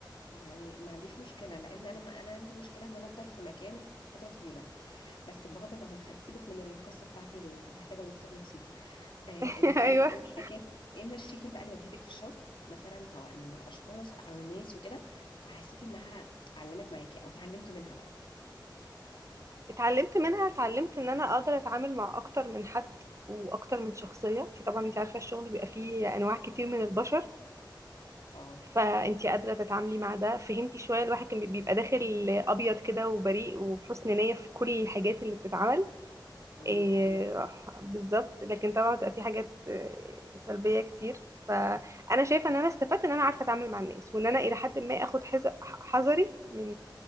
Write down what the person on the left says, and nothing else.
يعني ما عنديش مشكلة لان انا ما انا عندي مشكلة ان انا افضل في مكان فترة طويلة بس بغض النظر خ- سيبك من القصة بتاعتي اللي محتاجة دكتور نفسي دي آه
انتي
ايه الحاجات ايه المشاكل بقى اللي واجهتك في الشغل مثلا سواء من الاشخاص او الناس وكده وحسيتي انها علمت معاكي او اتعلمتي منها بقى
اه
امم
دي حقيقة